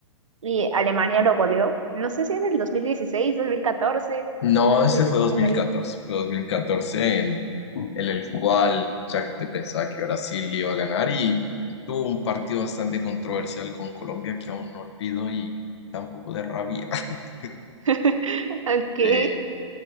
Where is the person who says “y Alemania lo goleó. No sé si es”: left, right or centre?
Right